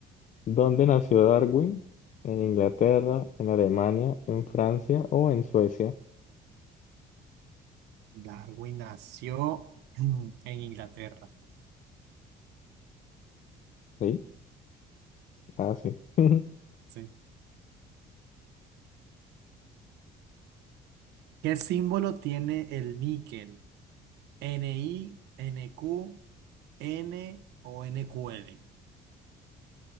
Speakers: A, on the left; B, on the right.
A: ¿Dónde nació Darwin? ¿En Inglaterra, en Alemania, en Francia o en Suecia?
B: Darwin nació <clears throat> en Inglaterra.
A: Sí, ah, sí. <laughs>
B: Sí. ¿Qué símbolo tiene el níquel? ¿NI, NQ, N o NQL?